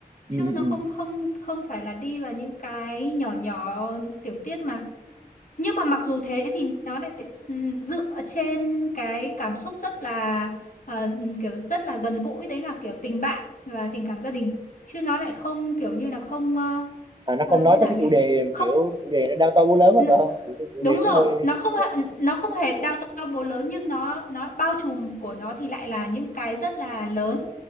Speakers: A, on the right; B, on the left.
A: ừ,
B: chứ
A: ừ.
B: nó không
A: ừ.
B: không không phải là đi vào những cái nhỏ nhỏ tiểu tiết mà Nhưng mà mặc dù thế thì nó lại s- ừ, dựa trên cái cảm xúc rất là ờ, ừ, kiểu rất là gần gũi đấy là kiểu tình bạn và tình cảm gia đình chứ nó lại không kiểu như là không ờ,
A: à, nó
B: ờ,
A: không nói
B: thế nào
A: tới cái
B: nhỉ
A: chủ đề mà
B: không
A: kiểu chủ đề nó đao to búa lớn á
B: n-
A: phải không kiểu cái chủ
B: đúng
A: đề
B: rồi
A: nó hơi
B: nó không
A: ờ,
B: hề- nó không hề đao to búa lớn nhưng nó nó bao trùm của nó thì lại là những cái rất là lớn